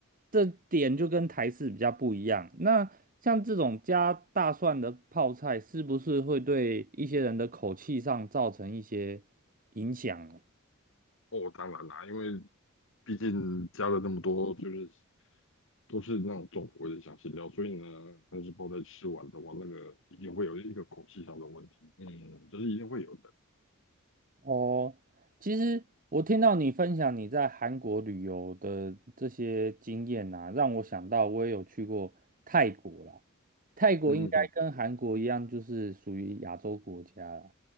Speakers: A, on the right; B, on the left.
A: 这点就跟台式比较不一样。那像这种加大蒜的泡菜，是不是会对一些人的口气上造成一些影响呢
B: 哦，当然啦，因为毕竟加了那么多，就是都是那种重口味的香辛料，所以呢，但是泡在吃完的话，那个一定会有一个口气上的问题，嗯，这是一定会有的，
A: 哦，其实我听到你分享你在韩国旅游的这些经验呐、让我想到我也有去过泰国啦。泰国应该跟韩国一样，
B: 嗯嗯
A: 就是属于亚洲国家啦。